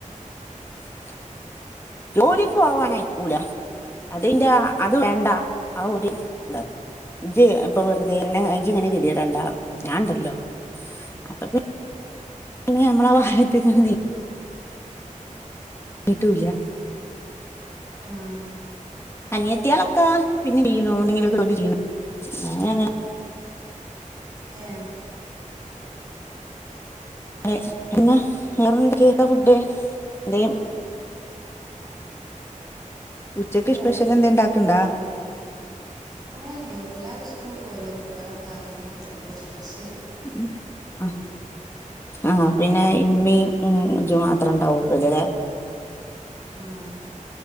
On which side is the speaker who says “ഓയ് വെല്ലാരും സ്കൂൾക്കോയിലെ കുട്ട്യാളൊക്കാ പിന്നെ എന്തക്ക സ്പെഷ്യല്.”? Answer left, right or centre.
Right